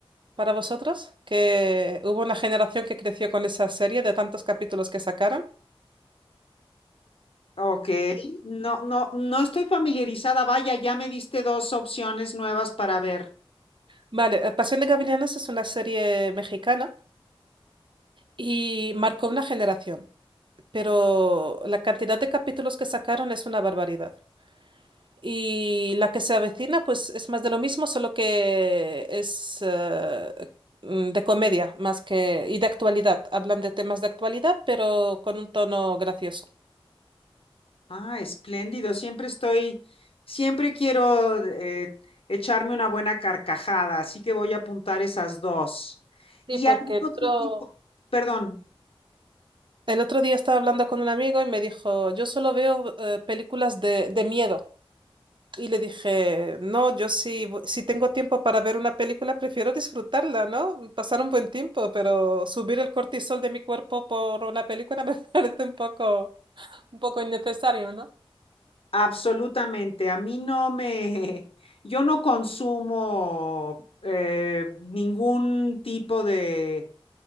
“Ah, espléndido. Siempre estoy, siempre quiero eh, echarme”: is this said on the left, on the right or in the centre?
Left